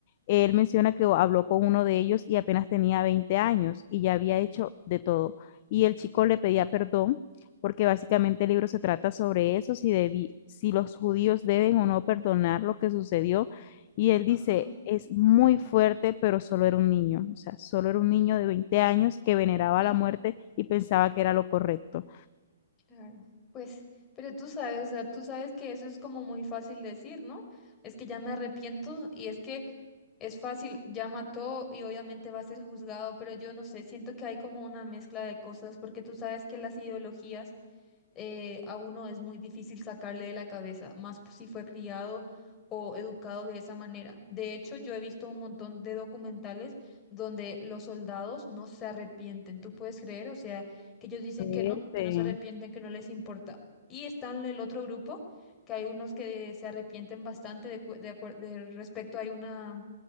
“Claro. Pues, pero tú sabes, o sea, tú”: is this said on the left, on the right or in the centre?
Left